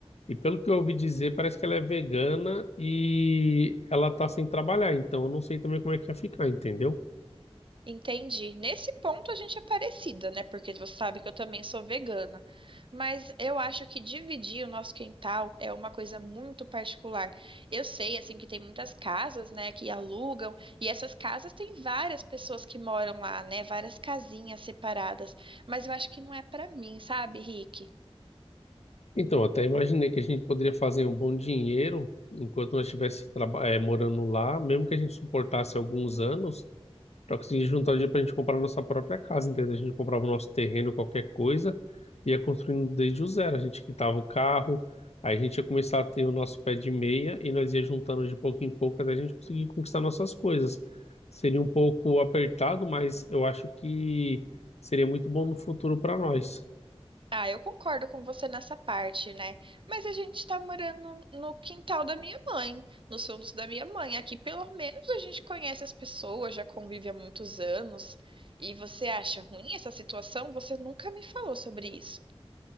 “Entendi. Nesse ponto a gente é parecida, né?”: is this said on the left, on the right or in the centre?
Right